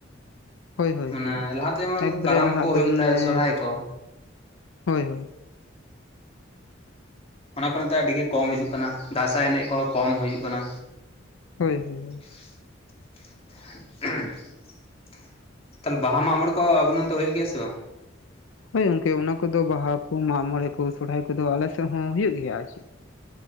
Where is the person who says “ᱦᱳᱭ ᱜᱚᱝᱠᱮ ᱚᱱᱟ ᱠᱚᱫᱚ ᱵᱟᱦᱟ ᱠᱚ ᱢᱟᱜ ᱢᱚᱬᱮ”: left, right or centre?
Left